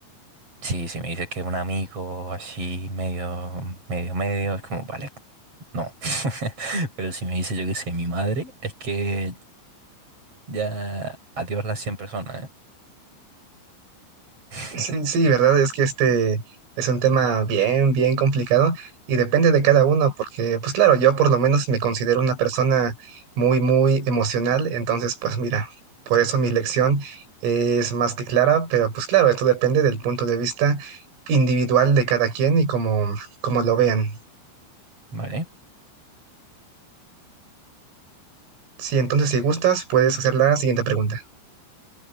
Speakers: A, on the right; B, on the right.
A: sí, si me dices que es un amigo así, medio, medio, medio, es como, vale, no. <laughs> Pero si me dice, yo qué sé, mi madre, es que ya adiós las cien personas, ¿eh? <laughs>
B: Sí, sí, verdad, es que este es un tema bien, bien complicado y depende de cada uno, porque pues claro, yo por lo menos me considero una persona muy, muy emocional, entonces pues mira, por eso mi lección es más que clara, pero pues claro, esto depende del punto de vista individual de cada quien y como, como lo vean.
A: Vale.
B: Sí, entonces si gustas, puedes hacer la siguiente pregunta.